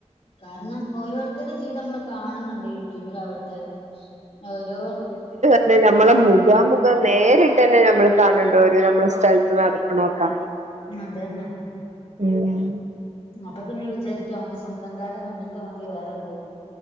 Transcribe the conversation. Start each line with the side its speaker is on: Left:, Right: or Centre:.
Left: കാരണം ഓരോരുത്തരുടെ ജീവിതം നമ്മൾ കാണുന്നുണ്ട് യൂടൂ ബിലാവട്ടെ ഓരോ
Right: പിന്ന നമ്മളെ മുഖാമുഖം നേരിട്ട് തന്നെ ഞമ്മള് കാണണ്ടോ ഒരു നമ്മളെ സ്ഥലത്ത് നടക്കണൊക്കെ
Left: അതെന്നെ
Right: ഉം
Left: അപ്പൊ പിന്നെ വിചാരിക്കാം മ്മക്ക് സ്വന്തം കാലില് നിന്നിട്ട് മതി വേറെന്തും